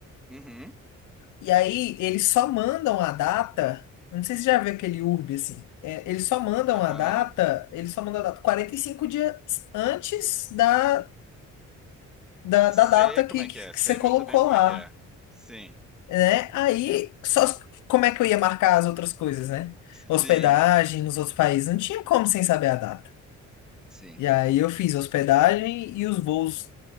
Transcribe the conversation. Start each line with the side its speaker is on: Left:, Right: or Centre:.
Centre: Uhum.
Left: E aí eles só mandam a data. Não sei se você já viu aquele urbe assim. É, eles só mandam
Centre: Aham.
Left: a data. Eles só mandam a data 45 dias antes da, da,
Centre: Sei
Left: da data
Centre: como
Left: que,
Centre: é
Left: que
Centre: que é. Sei
Left: você colocou
Centre: muito bem como
Left: lá,
Centre: é que é. Sim.
Left: né? Aí só como é que eu ia marcar as outras coisas, né?
Centre: Sim.
Left: Hospedagem nos outros países. Não tinha como sem saber a data.
Centre: Sim.
Left: E aí eu fiz hospedagem e os voos